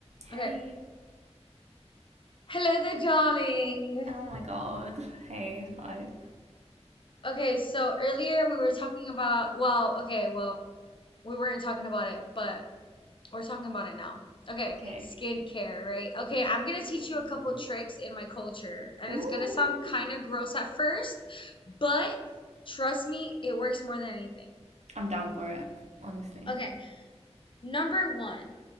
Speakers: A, on the right; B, on the left.
A: Hey.
B: Okay. Hello there, darling.
A: Oh my god. Hey. Hi.
B: Okay, so earlier we were talking about, well, okay, well, we weren't talking about it, but we're talking about it now. Okay,
A: Okay.
B: skincare, right? Okay,
A: Mhm.
B: I'm gonna teach you a couple tricks in my culture, and
A: Ooh.
B: it's gonna sound kind of gross at first, but trust me, it works more than anything.
A: I'm down for it, honestly.
B: Okay, Number one,